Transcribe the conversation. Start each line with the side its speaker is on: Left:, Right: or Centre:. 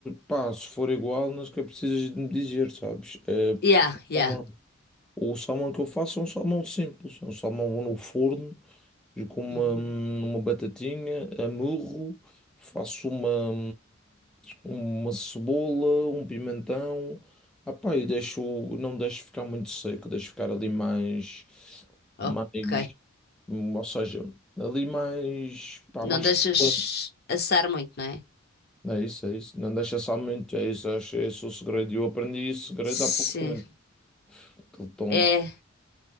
Centre: pá, se for igual, não sequer precisas de me dizer, sabes? Eh, porque
Left: Yeah,
Centre: o
Left: yeah.
Centre: salmão, o salmão que eu faço é um salmão simples, é um salmão no forno. E com uma,
Left: Uhum.
Centre: uma batatinha, amurro, faço uma, uma cebola, um pimentão. Ah pá, e deixo, não deixo ficar muito seco, deixo ficar ali mais,
Left: Ok.
Centre: mais, hum, ou seja, ali mais, pá,
Left: Não
Centre: mais
Left: deixas
Centre: suculento.
Left: assar muito, não é?
Centre: É isso, é isso. Não deixa só muito, é isso, acho, é esse o segredo. Eu aprendi esse segredo
Left: Sim.
Centre: há pouco tempo. Aquele tom.
Left: É.